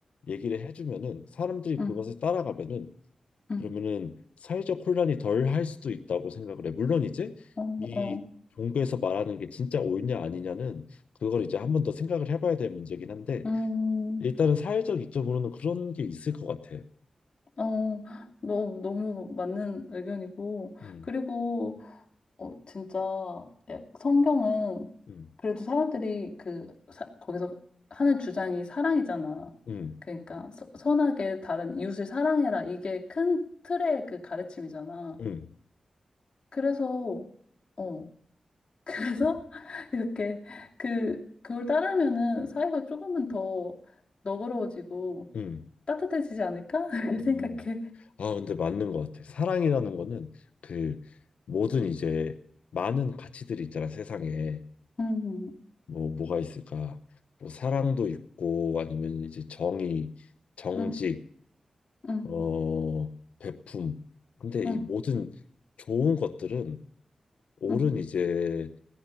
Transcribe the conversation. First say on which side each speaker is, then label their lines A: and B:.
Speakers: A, on the left (about 80°); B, on the left (about 50°).
A: 얘기를 해주면은 사람들이
B: 응,
A: 그것을 따라가면은
B: 응,
A: 그러면은 사회적 혼란이 덜 할 수도 있다고 생각을 해. 물론 이제
B: 어,
A: 이
B: 어,
A: 종교에서 말하는 게 진짜 옳냐 아니냐는 그걸 이제 한 번 더 생각을 해봐야 될 문제긴 한데
B: 음,
A: 일단은 사회적 이점으로는 그런 게 있을 것 같아.
B: 어, 너무, 너무 맞는 의견이고.
A: 음,
B: 그리고, 어, 진짜, 약- 성경은
A: 음,
B: 그래도 사람들이 그, 사- 거기서 하는 주장이 사랑이잖아.
A: 음,
B: 그러니까, 서- 선하게 다른 이웃을 사랑해라. 이게 큰 틀의 그 가르침이잖아.
A: 음,
B: 그래서, 어, 그래서 <laughs> 이렇게 그, 그걸 따르면은 사회가 조금은 더 너그러워지고
A: 음,
B: 따뜻해지지 않을까? <laughs> 이렇게 생각해.
A: 음. 아, 근데 맞는 것 같아. 사랑이라는 거는 그 모든 이제 많은 가치들이 있잖아, 세상에.
B: 음,
A: 뭐, 뭐가 있을까? 뭐, 사랑도 있고, 아니면 이제 정의, 정직,
B: 음, 음,
A: 어, 베품. 근데
B: 음,
A: 이 모든 좋은 것들은, 옳은
B: 음,
A: 이제